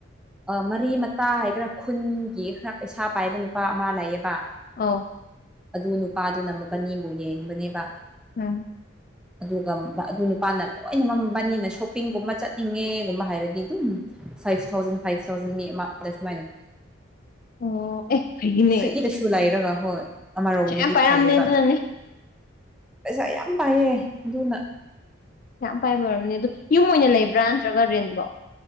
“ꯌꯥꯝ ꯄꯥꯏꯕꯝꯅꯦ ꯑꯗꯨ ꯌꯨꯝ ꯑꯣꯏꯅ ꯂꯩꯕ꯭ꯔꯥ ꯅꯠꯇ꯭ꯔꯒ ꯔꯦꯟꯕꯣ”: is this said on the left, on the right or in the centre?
Left